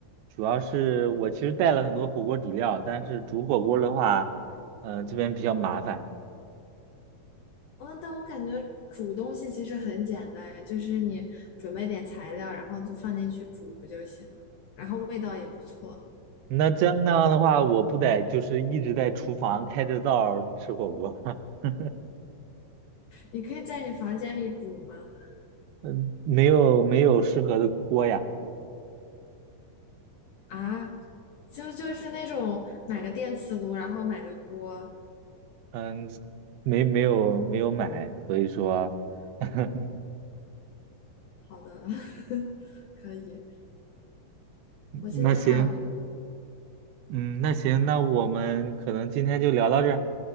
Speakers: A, on the right (about 80°); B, on the left (about 75°).
A: 主要是我其实带了很多火锅底料，但是煮火锅的话，嗯、这边比较麻烦。
B: 嗯，但我感觉煮东西其实很简单，就是你准备点材料，然后就放进去煮不就行了？然后味道也不错。
A: 那这样那样的话，我不得就是一直在厨房开着灶儿吃火锅，<laughs>
B: 你可以在你房间里煮吗？
A: 嗯，没有没有适合的锅呀。
B: 啊，就就是那种买个电磁炉，然后买个锅。
A: 嗯，没没有没有买，所以说，<laughs>
B: 好的，<laughs> 可以。
A: 那行，
B: 我现在还有一个锅。
A: 嗯，那行，那我们可能今天就聊到这儿，